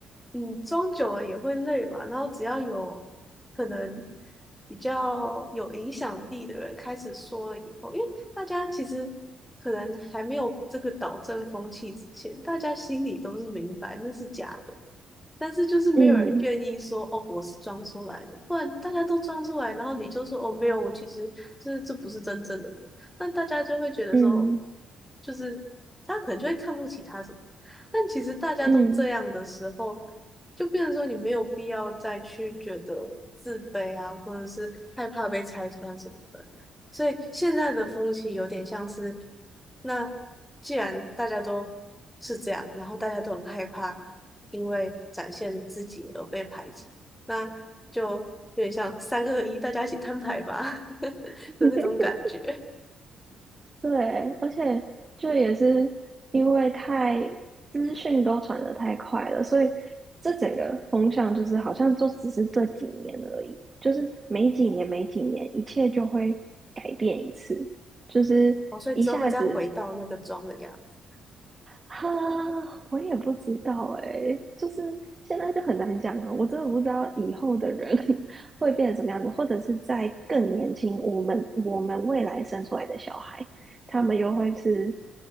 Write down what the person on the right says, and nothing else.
嗯。
嗯
嗯，
<laughs> 对，而且这也是因为太资讯都传的太快了，所以这整个风向就是好像就只是这几年而已，就是每几年每几年，一切就会改变一次，就是一下子
哈，我也不知道诶，就是现在就很难讲了。我真的不知道以后的人 <laughs> 会变成什么样子，或者是在更年轻，我们我们未来生出来的小孩，他们又会是